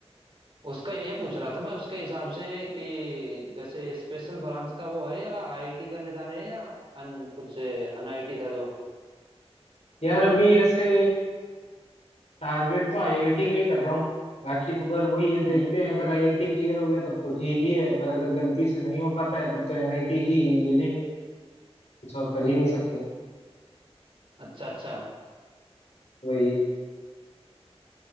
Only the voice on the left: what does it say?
यार अभी ऐसे टारगेट तो आईआईटी का ही कर रहा हूँ बाकी तो पर वही है देखते
हैं अगर आईआईटी क्लियर हो गया तब तो ठीक ही है पर अगर गलती से नहीं हो पाता है तब तो एनआईटी ही ले लेंगे कुछ और कर ही नहीं सकते
वही